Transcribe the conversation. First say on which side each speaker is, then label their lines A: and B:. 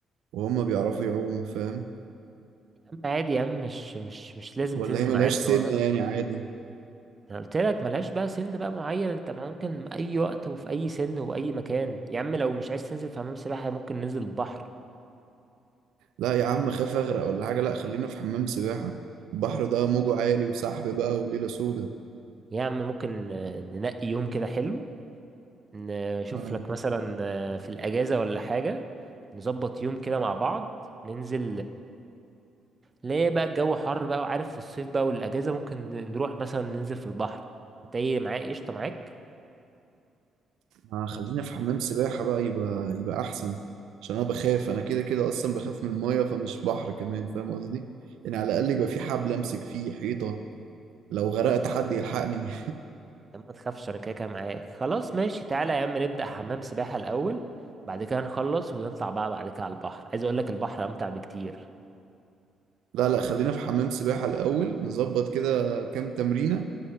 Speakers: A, on the right (about 80°); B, on the right (about 30°).
A: وهم بيعرفوا يعوموا فاهم
B: عم عادي يا عم مش مش مش لازم
A: ولا
B: تنزل
A: هي ملهاش
B: مع عيال
A: سن
B: صغيرة
A: يعني عادي
B: انا قلت لك ملهاش بقى سن بقى معين انت ممكن اي وقت وفي اي سن وأي مكان يا عم لو مش عايز تنزل في حمام سباحة ممكن ننزل البحر
A: لا يا عم خاف اغرق ولا حاجة لا خلينا في حمام سباحة البحر ده موجه عالي وسحب بقى وليلة سودة
B: يا عم ممكن آه، ننقي يوم كده حلو نشوف
A: آه.
B: لك مثلا آه، في الأجازة ولا حاجة نظبط يوم كده مع بعض ننزل ليه بقى الجو حر بقى وعارف في الصيف بقى والاجازه ممكن نروح مثلا ننزل في البحر انت ايه معايا قشطه معاك
A: ما خلينا في حمام سباحة بقى يبقى يبقى أحسن عشان أنا بخاف أنا كده كده أصلا بخاف من المية فمش بحر كمان فاهم قصدي؟ يعني على الأقل يبقى في حبل أمسك فيه حيطة لو غرقت حد يلحقني
B: لا ما تخافش انا كده كده معاك خلاص ماشي تعالى يا عم نبدا حمام سباحه الاول بعد كده نخلص ونطلع بقى بعد كده على البحر عايز اقول لك البحر امتع بكتير
A: <laughs> لا لا خلينا في حمام سباحة الأول نظبط كده كام تمرينة